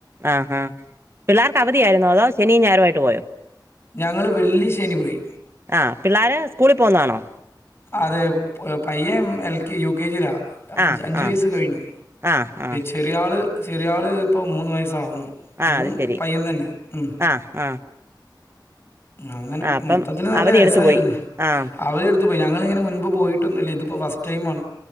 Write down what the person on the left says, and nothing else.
ഞങ്ങള് വെള്ളി ശനി പോയി
അതെ പയ്യൻ എൽകെ യുകെജിലാ അഞ്ച്
അഞ്ച്
വയസ്സ് കഴിഞ്ഞു
ചെറിയാള് ചെറിയാള് ഇപ്പൊ മൂന്ന് വയസ്സാവ്ന്നു
അതും
പയ്യൻ തന്നെ ഉം
അങ്ങനെ
മൊത്തത്തില് നല്ല
രസായിര്ന്ന്
അവര്ട് ത്ത് പോയി ഞങ്ങളിങ്ങനെ മുൻപ് പോയിട്ടൊന്നുല്ല ഇതിപ്പോ ഫസ്റ്റ് ടൈമാണ്